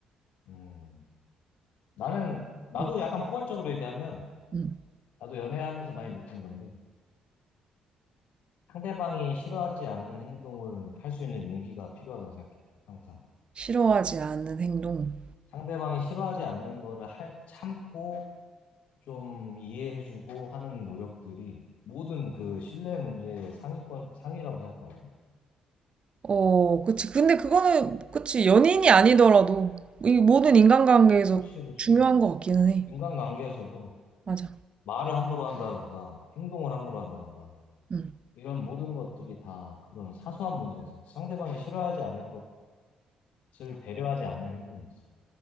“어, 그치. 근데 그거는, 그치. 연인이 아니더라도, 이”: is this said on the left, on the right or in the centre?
Right